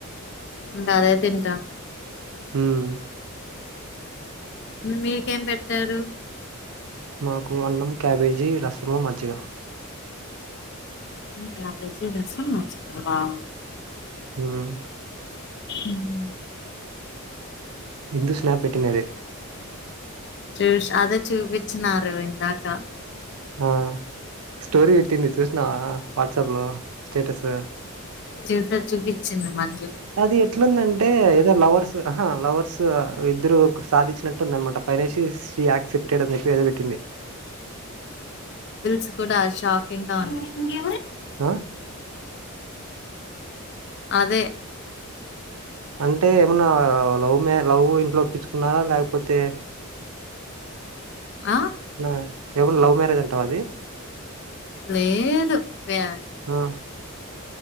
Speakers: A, on the left; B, on the right.
A: ఇంకా అదే తింటాం
B: ఉమ్
A: మీకేం పెట్టారు
B: మాకు అన్నం క్యాబేజీ రసము మజ్జిగ
A: అన్నం క్యాబేజీ రసము మజ్జిగా
B: ఉమ్
A: ఉమ్
B: ఇందు స్నాప్ పెటినదే
A: చూష్ అదే చూపించినారూ ఇందాక
B: ఆ స్టోరీ వెట్టింది చూసినావా వాట్సాప్ లో స్టేటస్
A: చూస చూపించింది మన్
B: అది ఎట్లుందంటే ఏదో లవర్స్ ఆహా లవర్స్ ఇద్దరు సాధించినట్టుందనమాట ఫైనాషిస్ హి యాక్సెప్టెడ్ అని చెప్పి ఏదో పెట్టింది
A: సుకూడా షాకింగ్ గా ఉంది
B: ఆ
A: అదే
B: అంటే ఏమన్నా లవ్ మే లవ్వు ఇంట్లో ఒప్పించుకున్నారా లేకపోతే
A: ఆ
B: నా ఏమన్నా లవ్ మ్యారేజ్ అంటావా అది
A: లేదు వ్యా
B: ఆ